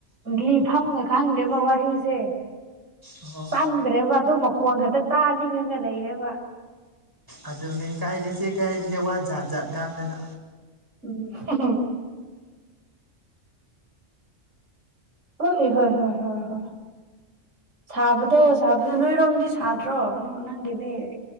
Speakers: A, on the right; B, on the right.
A: ꯂꯤꯐꯝꯒ ꯈꯪꯗꯦꯕ ꯋꯥꯔꯤꯁꯦ
B: ꯑꯣ
A: ꯆꯟꯗ꯭ꯔꯦꯕ ꯑꯗꯨ ꯃꯈꯣꯟ ꯈꯛꯇ ꯇꯥꯅꯤꯡꯉꯒ ꯂꯩꯔꯦꯕ
B: ꯑꯗꯨꯅꯦ ꯀꯥꯏꯔꯤꯁꯦ ꯀꯥꯏꯔꯤꯁꯦ ꯋꯥ ꯖꯥꯠ ꯖꯥꯠ ꯉꯥꯡꯗꯅ
A: ꯎꯝ <unintelligible> ꯍꯣꯏ ꯍꯣꯏ ꯍꯣꯏ ꯍꯣꯏ ꯍꯣꯏ ꯁꯥꯕꯗꯣ ꯁꯥꯕꯗꯣ ꯅꯣꯏꯔꯣꯝꯗꯤ ꯁꯥꯗ꯭ꯔꯣ ꯅꯪꯒꯤꯗꯤ